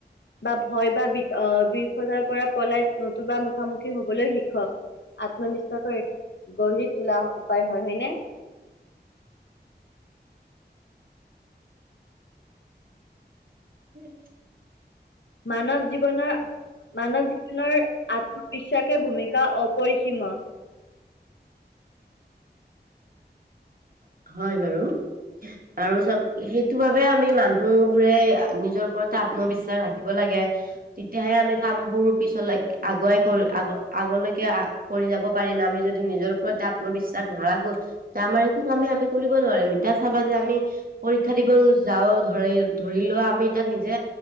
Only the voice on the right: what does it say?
<inaudible>
হয় বাৰু আৰু চব সেইটো বাবে আমি মানুহ বোৰে নিজৰ ওপৰতে আত্মবিশ্বাস ৰাখিব লাগে। তেতিয়াহে আমি কামবোৰ পিছলৈ আগুৱাই আগ আগলৈকে কৰি যাব পাৰিম আমি যদি নিজৰ ওপৰত আত্মবিশ্বাস নাৰাখো তে আমাৰ। কোনো কামে আমি কৰিব নোৱাৰিম, এতিয়া চাবা যে আমি পৰীক্ষা দিব যাওঁ ধৰি ধৰি লোৱা আমি তাত নিজে